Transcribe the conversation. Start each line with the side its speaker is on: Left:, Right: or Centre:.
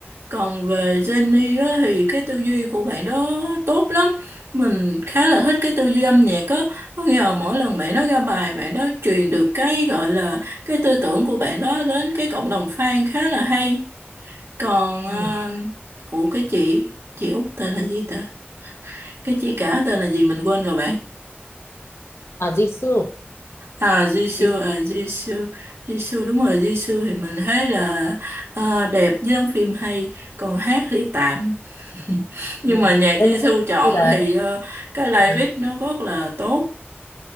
Right: còn về Jenny á, thì cái tư duy của bạn đó tốt lắm. Mình khá là thích cái tư duy âm nhạc á. Có nghĩa là mỗi lần bạn đó ra bài, bạn đó truyền được cái gọi là cái tư tưởng của bạn đó đến cái cộng đồng fan khá là hay. Còn, uh,
Left: ừ.
Right: ủa cái chị, chị Út tên là gì ta? Cái chị cả tên là gì mình quên rồi bạn.
Left: à Jisoo
Right: À, Jisoo,
Left: Jisoo
Right: à, Jisoo, Jisoo, đúng rồi, Jisoo thì mình thấy là ờ, đẹp với đóng phim hay, còn hát thì tạm. <laughs> nhưng
Left: ừ.
Right: mà nhạc
Left: Ơ,
Right: Di
Left: nhưng mà
Right: chọn
Left: Jisoo đấy
Right: thì ờ, cái lyric
Left: Ừ.
Right: nó rất là tốt